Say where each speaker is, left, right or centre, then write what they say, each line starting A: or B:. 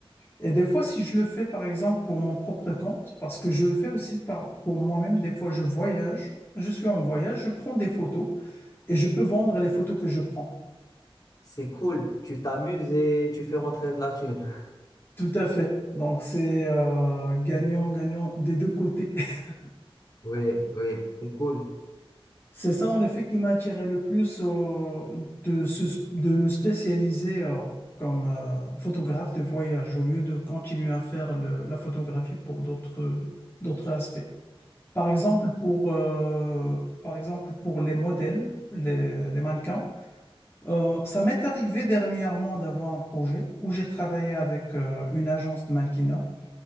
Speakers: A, on the left; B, on the left.
A: Et des fois, si je le fais, par exemple, pour mon propre compte, parce que je le fais aussi par, pour moi-même, des fois, je voyage, je suis en voyage, je prends des photos et je peux vendre les photos que je prends.
B: C'est cool. Tu t'amuses et tu fais rentrer de la thune. <laughs>
A: Tout à fait. Donc, c'est euh, gagnant, gagnant des deux côtés. <laughs>
B: Oui, oui, c'est cool.
A: C'est ça, en effet, qui m'a attiré le plus euh, de, se- de me spécialiser euh, comme euh, photographe de voyage au lieu de continuer à faire le- la photographie pour d'autres, d'autres aspects. Par exemple, pour, euh, par exemple, pour les modèles, les, les mannequins, euh, ça m'est arrivé dernièrement d'avoir un projet où j'ai travaillé avec euh, une agence de mannequinat.